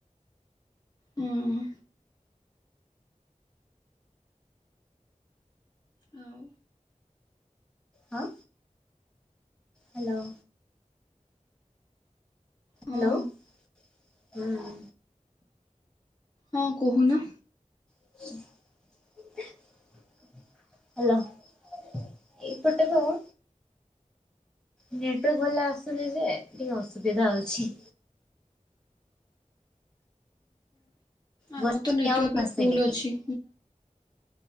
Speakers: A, on the left; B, in the centre.
A: ହୁଁ। ହଉ।
B: ହଁ ହ୍ୟାଲୋ।
A: ହଁ
B: ହ୍ୟାଲୋ ହଁ।
A: ହଁ କହୁନ।
B: <inaudible> ହ୍ୟାଲୋ। ଏଇପଟେ ବାଉ ନେଟୱାର୍କ ଭଲ ଆସୁନି ଯେ ଟିକେ ଅସୁବିଧା ଅଛି।
A: ଆମର
B: ବର୍ଷା
A: ତ ନେଟୱାର୍କ୍
B: ଆଉ ଆସେନି
A: ପୁରା ଫୁଲ୍ ଅଛି।